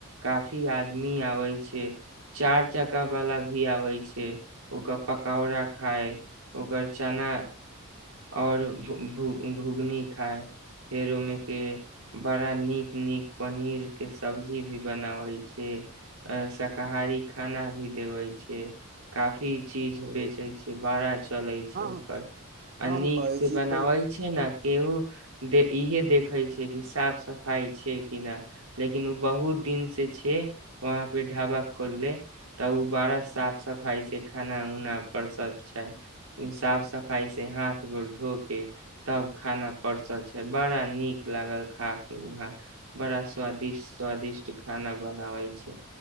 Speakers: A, on the right; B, on the right.
A: काफी आदमी आबै छै चारि चक्का वाला भी आबै छै ओकर पकौड़ा खाय ओकर चना आओर घु घु घुघनी खाय हेरोमे <unintelligible> के बड़ा नीक नीक पनीर के सब्जी भी बनावै छै साकाहारी खाना भी देबै छै काफी चीज
B: ओ
A: बेचे छै बाड़ा चलैत छै
B: हम
A: ओकर आ
B: हम
A: नीक
B: कहै
A: से
B: छी
A: बनाबै
B: कल
A: छै ने केहू इहे देखै छै कि साफ सफाई छै कि न लेकिन ओ बहुत दिन से छै वहाँ पे ढाबा खोलले तऽ ओ बड़ा साफ सफाई से खाना उना परसत छै साफ सफाई से हाथ गोड़ धो के तब खाना परसत छै बड़ा नीक लागल खा के वहा बड़ा स्वादिष्ट स्वादिष्ट खाना बनावै छै